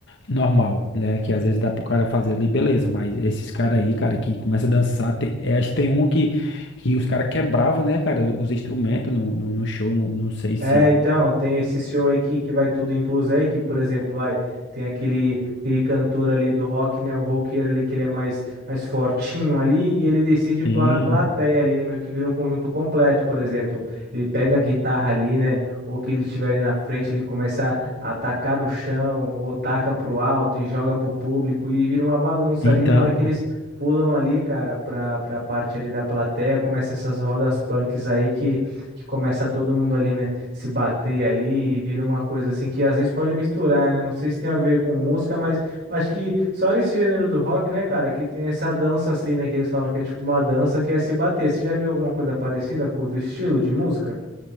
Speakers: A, on the left; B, on the right.
A: normal, né, que às vezes dá pro cara fazer ali, beleza, mas esses caras aí, cara, que começa a dançar, tem, é, acho que tem um que, que os caras quebrava, né, cara, os instrumentos no, no, no show, não não sei
B: É,
A: se
B: então, tem esse show aí que, que vai tudo incluso aí, que, por exemplo, vai, tem aquele, aquele cantor ali do rock, né, o roqueiro ali, que ele é mais, mais fortinho ali, e ele decide pular
A: Sim,
B: na plateia ali, né, meio que vira um conjunto completo, por exemplo. Ele pega a guitarra ali, né, ou que ele estiver ali na frente, ele começa a atacar no chão, ou taca pro alto e joga pro público, e vira uma bagunça
A: então,
B: ali na hora que eles... Pulam ali, cara, pra, pra parte ali da plateia, começa essas rodas punks aí que, que começa todo mundo ali, né? se bater ali e vira uma coisa assim que às vezes pode misturar, né? Não sei se tem a ver com música, mas acho que só nesse gênero do rock, né, cara, que tem essa dança assim, né, que eles falam que é tipo uma dança que é se bater. Você já viu alguma coisa parecida com o estilo de música?